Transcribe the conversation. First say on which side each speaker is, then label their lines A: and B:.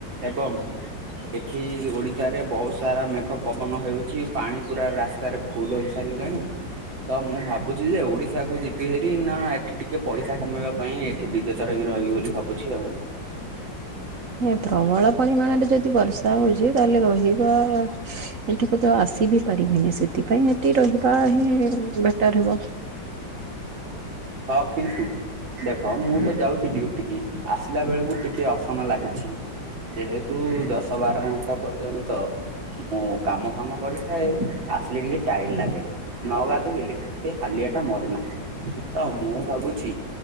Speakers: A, on the right (about 85°); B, on the right (about 55°).
A: ଏବଂ ଏଠି। ଓଡିଶାରେ ବହୁତ ସାରା ମେଘ, ପବନ ହେଉଛି ପାଣି ପୁରା ରାସ୍ତାରେ ଫୁଲ ହେଇସାରିଲାଣି। ତ ମୁଁ ଭାବୁଛି ଯେ ଓଡିଶା କୁ ଯିବି ହେ ଏଠି ନା ଏଠି ଟିକେ ପଇସା କମେଇବା ପାଇଁ ଏଠି ବିଦେଶରେ ହିଁ ରହିବି ବୋଲି ଭାବୁଛି ଆଉ।
B: ଏ ପ୍ରବଳ ପରିମାଣରେ ଯଦି ବର୍ଷା ହଉଛି ତାହେଲେ ରହି ବା ଏଠିକୁ ତ ଆସି ବିି ପାରିବିନି ସେଥିପାଇଁ ସେଠି ରହିବା ହିଁ। ଉଚି ବେଟର ହେବ।
A: ହଁ କିନ୍ତୁ। ଦେଖ ମୁଁ ତ ଯାଉଛି ଡିଉଟିକି ଆସିଲା ବେଳକୁ ଟିକେ ଅସନା ଲାଗୁଛି। ଯେହେତୁ ଦଶ ବାର ଘଣ୍ଟା ପର୍ଯ୍ୟନ୍ତ। ହଁ କାମ ଫାମ କରିଥାଏ ଆସିଲେ ଟିକେ ଟାଇଡ୍ ଲାଗେ। ନ ଗାଧଇଲେ ସେ ହାଲିଆ ଟା ମରେ ନାହିଁ ତ ମୁଁ ଭାବୁଚି